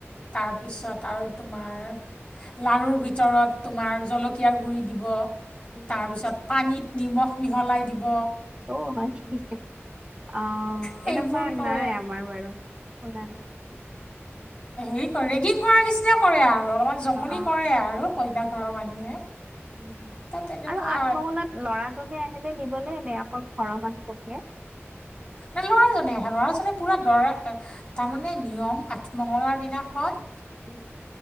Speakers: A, on the left; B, on the right.
A: তাৰপিছত আৰু তোমাৰ। লাৰুৰ ভিতৰত তোমাৰ জলকীয়াৰ গু়ি দিব
B: উম
A: তাৰপিছত পানীত নিমখ মিহলাই দিব।
B: অহ হয় নিকি আহ।
A: সেইবোৰ
B: এনেকুৱা
A: কৰে
B: নাই আমাৰ বাৰু শুনা নাই তেতিয়া।
A: হ ৰেগিং কৰ নিচিনা কৰে আৰু অলপমান জমনি
B: অ
A: কৰে আৰু কইনা ঘৰৰ মানুহে।
B: উম হম
A: ত তেনেকুৱা
B: আৰু আঠ মহলাত লৰাজনে আহেনেে নিবলৈ এ নে অকল ঘৰৰ মানুহ পঠিয়াই।
A: বেলৰ লৰাজনে আহে ল'ৰাজনে পুৰা দৰা তাৰমানে নিয়ম আঠমঙলাৰ দিনাখন
B: উম।